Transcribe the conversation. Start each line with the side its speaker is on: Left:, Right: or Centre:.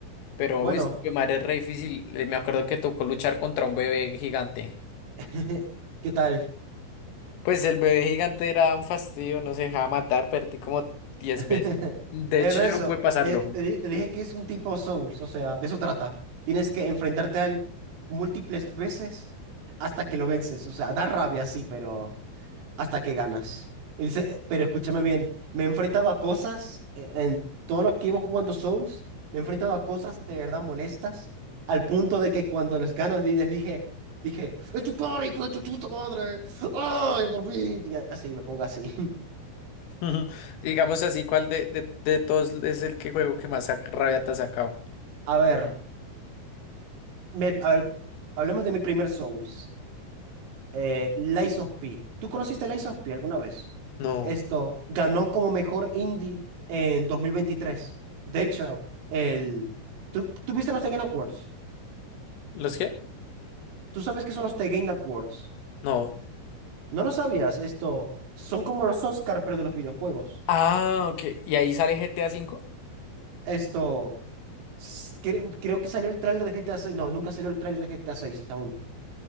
Left: Pero,
Right: bueno,
Left: uy, que madre, es re difícil. Eh, Me acuerdo que tocó luchar contra un bebé gigante.
Right: <laughs> ¿qué tal?
Left: Pues el bebé gigante era un fastidio, no se dejaba matar, perdí como 10
Right: <laughs>
Left: veces. De
Right: Eh,
Left: hecho,
Right: no eso,
Left: yo no pude pasarlo.
Right: eh, te, di- te dije que es un tipo Souls, o sea, de eso trata. Tienes que enfrentarte a él múltiples veces hasta que lo vences, o sea, da rabia, sí, pero hasta que ganas. Y dice, pero escúchame bien, me he enfrentado a cosas, eh, en todo lo que llevo jugando Souls, me he enfrentado a cosas de verdad molestas, al punto de que cuando los gano di- les dije, dije, ¡Es tu cara, hijo de tu chuta madre! ¡Ay, por fin! Y así, me pongo así. <laughs>
Left: <laughs> Digamos así, ¿cuál de, de, de todos es el que juego que más sac- rabia te ha sacado?
Right: A ver. Me- a ver, hablemos de mi primer Souls. Eh, Lies of P. ¿Tú conociste Lies of P alguna vez?
Left: No.
Right: Esto ganó como mejor indie en 2023. De hecho, el... ¿Tú, tú viste los The Game Awards?
Left: ¿Los qué?
Right: ¿Tú sabes qué son los The Game Awards?
Left: No.
Right: ¿No lo sabías? Esto son como los Oscar, pero de los videojuegos.
Left: Ah, ok. ¿Y ahí sale GTA cinco.
Right: Esto... s- cre- Creo que salió el tráiler de GTA 6. No, nunca salió el tráiler de GTA 6 aún.